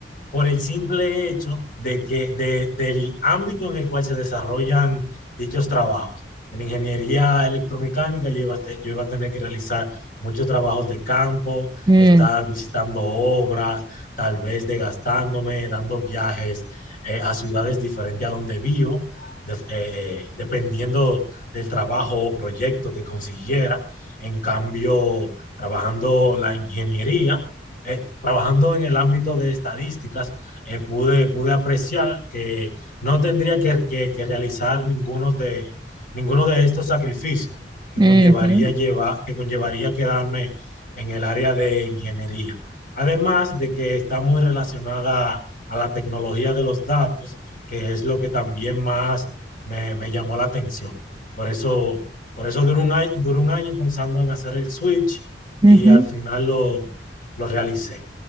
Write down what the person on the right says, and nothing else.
mm,
ujú,
ujú.